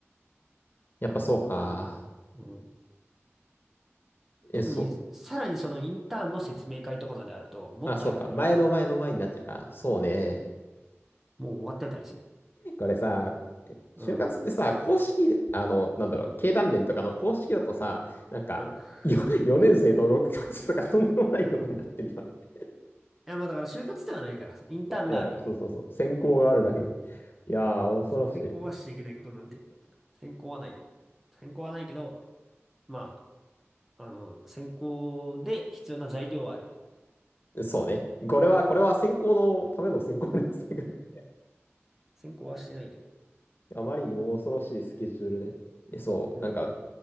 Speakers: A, on the left; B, in the centre.
A: やっぱそうか。
B: 感じかな。うん
A: え、
B: 特に、
A: そう。
B: さらにそのインターンの説明会とかまであると、もっと早くなる。
A: あ、そうか。前の前の前になっちゃうか。そうね。
B: そう。もう終わってたりする。
A: これさ、
B: うん。
A: 就活ってさ、公式、あの、なんだろう、経団連とかの公式だとさ、なんか、
B: うん。
A: よ4 <laughs> 年生の6月とかとんでもないことになってるよね。
B: <laughs> いや、まあだから就活ではないから、インターンがあるだけ。
A: <laughs> いや、そうそうそう、選考があるだけで。いやー、恐ろし
B: せ専攻はしちゃいけないことなんて、専攻はないよ。専攻はないけど、まあ、あの、専攻で必要な材料はあるよね。
A: い。そうね。これは、これは選考のための選考です。<laughs>
B: 専攻はしてないけど。
A: あまりにも恐ろしいスケジュールで。えそう、
B: うん。
A: なんか、